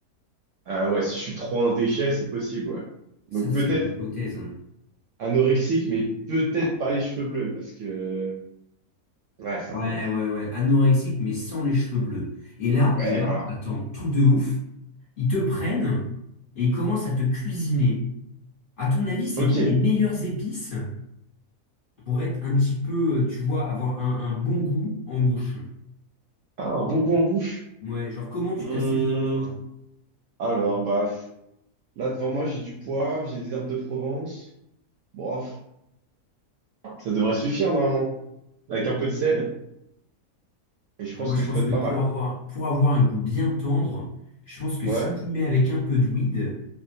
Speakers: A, on the right; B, on the left.
A: Ah ouais, si je suis trop un déchet, c'est possible, ouais.
B: Ça,
A: Donc
B: c'est
A: peut-être
B: une hypothèse. hein.
A: anorexique, mais peut-être pas les cheveux bleus, parce que... Ouais, ça...
B: Ouais, ouais, ouais. Anorexique, mais sans les cheveux bleus. Et là,
A: Ouais,
B: et là,
A: voilà.
B: attends, truc de ouf. Ils te prennent et ils commencent à te cuisiner. À ton avis, c'est
A: Ok.
B: quoi les meilleures épices pour être un petit peu, euh, tu vois, avoir un, un bon goût en bouche?
A: Ah, un bon goût en bouche.
B: Ouais, genre comment tu
A: Hmm,
B: t'assaisonnes, toi?
A: Alors, bah, là devant moi, j'ai du poivre, j'ai des herbes de Provence. Bof, ça devrait suffire normalement. Avec un peu de sel, et je
B: Alors
A: pense
B: moi, je
A: que je
B: pense
A: peux être
B: que
A: pas
B: pour
A: mal.
B: avoir, pour avoir un goût bien tendre, je pense que
A: Ouais.
B: si tu mets avec un peu de weed, tu